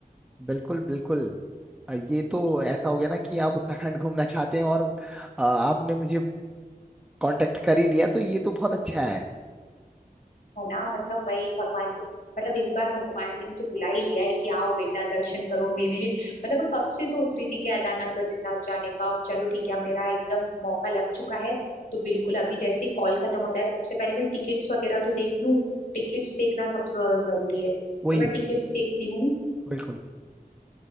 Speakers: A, in the centre; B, on the left.
A: बिल्कुल बिल्कुल अ, ये तो ऐसा हो गया ना कि आप उत्तराखंड घूमना चाहते हैं और अ, आपने मुझे कांटेक्ट कर ही लिया तो ये तो बहुत अच्छा है
B: है ना मतलब वही भगवान जी मतलब इस बार भगवान ने मुझे बुला ही लिया है कि आओ बेटा दर्शन करो मेरे <laughs> मतलब मैं कब से सोच रही थी कि केदारनाथ बद्रीनाथ जाने का अब चलो ठीक है अब मेरा एकदम मौका लग चुका है तो बिल्कुल अभी जैसे कॉल खत्म होता है सबसे पहले मैं टिकट्स वगैरह तो देख लूं टिकट्स देखना सबसे ज्यादा जरूरी है
A: वही
B: तो मैं टिकट्स देखती हूँ
A: बिल्कुल